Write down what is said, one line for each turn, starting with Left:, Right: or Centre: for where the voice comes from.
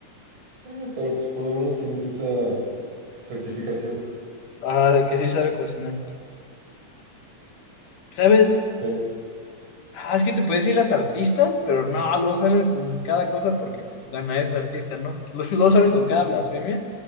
Right: Eh, pero pues por lo menos tienes esa certificación.
Left: Ah, de que sí sabe cocinar. ¿Sabes?
Right: Sí.
Left: Ah, es que te puedes decir las artistas, pero no, luego salen con cada cosa porque pues Dana es artista, ¿no? <laughs> Los- Luego salen con cada blasfemia.